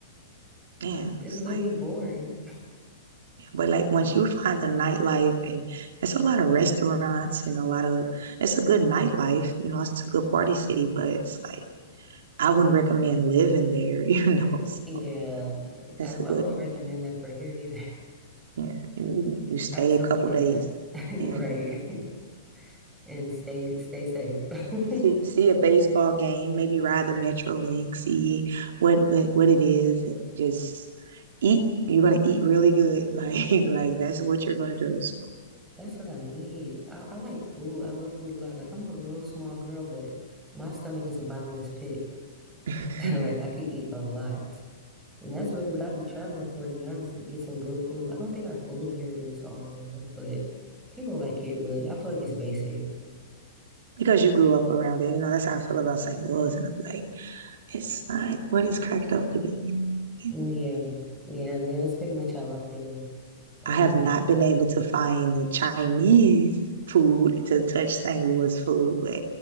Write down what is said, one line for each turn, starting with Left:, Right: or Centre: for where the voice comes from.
Right: Yeah.
Centre: It's
Right: It's
Centre: literally
Right: like
Centre: boring." <laughs>
Right: yeah, but like once you find the nightlife and there's a lot of restaurants and a lot of it's a good nightlife, you know, it's a good party city, but it's like I wouldn't recommend living there, <laughs> you know. So
Centre: Yeah,
Right: it's
Centre: I, I
Right: a good
Centre: wouldn't recommend that for here either.
Right: yeah. And you stay
Centre: Absolutely
Right: a couple days.
Centre: not. <laughs> You're
Right: Yeah.
Centre: right. <laughs> And stay stay safe. <laughs>
Right: see see a baseball game, maybe ride the MetroLink, see what what what it is, and just eat. You're gonna eat really good, like <laughs> like that's what you're gonna do. So.
Centre: That's what I need. I, I like food. I love food a lot. Like I'm a real small girl, but my stomach is a bottomless pit.
Right: <laughs>
Centre: <laughs> Like I could eat a lot. And that's really what I'd be traveling for, to be honest, to get some good food. I don't think our food here is all that, but people like it, but I feel like it's basic.
Right: because you grew up around it, you know that's how I feel about St. Louis, and I'm like, it's not what it's cracked up to be. You know,
Centre: Yeah. Yeah, yeah, that's pretty much how I feel. Um,
Right: I have not been able to find the Chinese food to touch St. Louis food, but